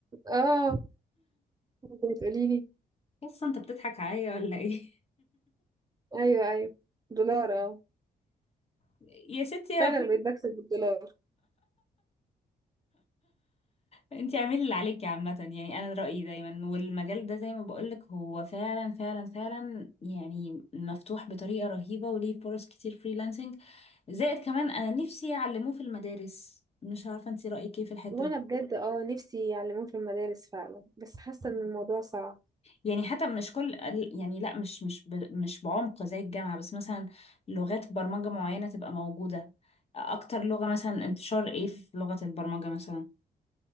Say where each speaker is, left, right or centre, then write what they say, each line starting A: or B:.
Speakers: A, on the right; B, on the left.
A: اه انت بتقولي لي
B: قصه انت بتضحك عليا ولا ايه
A: ايوه ايوه دولار اه
B: <laughs> يا ستي يا
A: فعلا
B: ب...
A: بقيت بكسب بالدولار
B: انت اعملي اللي عليكي عامه يعني انا رايي دايما والمجال ده زي ما بقول لك هو فعلا فعلا فعلا يعني مفتوح بطريقه رهيبه وليه فرص كتير فريلانسنج زائد كمان انا نفسي يعلموه في المدارس مش عارفه انت رايك ايه في الحته
A: وانا
B: دي
A: بجد اه نفسي يعلموه في المدارس فعلا بس حاسه ان الموضوع صعب
B: يعني حتى مش كل ال- يعني لا مش مش ب- مش بعمق زي الجامعة بس مثلا لغات برمجة معينة تبقى موجودة أكتر لغة مثلا انتشار إيه في لغة البرمجة مثلا